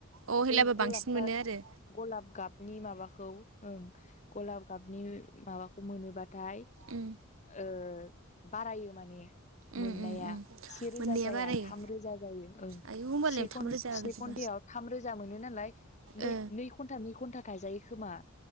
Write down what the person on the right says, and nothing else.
अ हेलाबो
बांसिन मोनो आरो
उम
उम उम उम
मोननाया
बारायो
आयु होमबालाय
थाम रोजा
गोजोबा
ओ